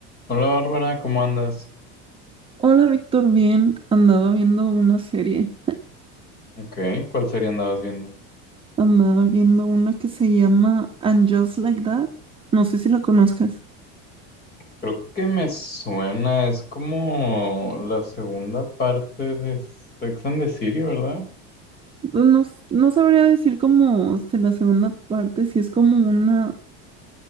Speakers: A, on the left; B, on the right.
A: Hola Bárbara, ¿cómo andas?
B: Hola Víctor, bien, andaba viendo una serie,
A: Ok, ¿cuál serie andabas viendo?
B: andaba viendo una que se llama And Just Like That, no sé si la conozcas,
A: Creo que me suena, es como la segunda parte de Sex and the City, ¿verdad?
B: Pues no, s- no sabría decir como se- la segunda parte, si es como una